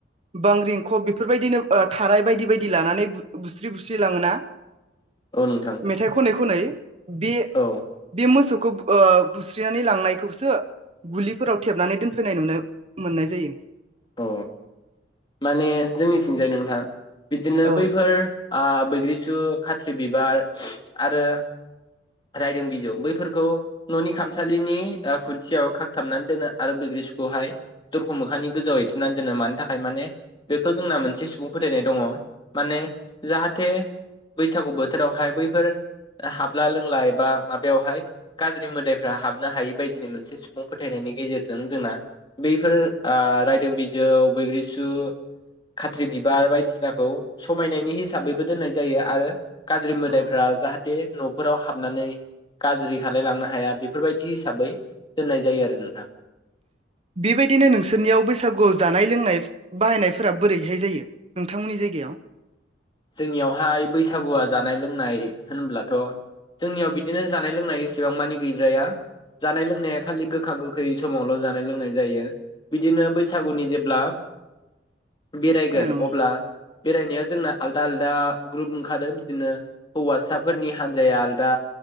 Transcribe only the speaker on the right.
बांग्रिंखब बेफोरबायदिनो ओ थाराय बायदि बायदि लानानै बुस्रि बुस्रि लांङोना?
मेथाइ खनै-खनै बे-बे
मोसौ ओ बुस्रिनानै लांनायखौसो गुलिफोराव थेबनानै दोनफैनाय नुनो मोननाय जायो।
औ
औ
बेबायदिनो नोंसोरनियाव बैसागुआव जानाय-लोंनाय बाहायनायफोरा बोरैहाय जायो नोंथांमोननि जायगायाव?
ओं